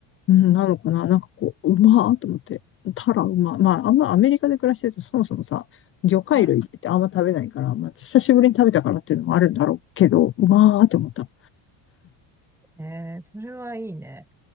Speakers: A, on the left (about 30°); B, in the centre.
A: うんなのかな、なんかこう、うまーと思って。タラうま。まあ、あんまアメリカで暮らしてると、そもそもさ、魚介類ってあんま食べないから、
B: うん。
A: まあ、久しぶりに食べたからっていうのもあるんだろうけど、うまーと思った。
B: えー、それはいいね。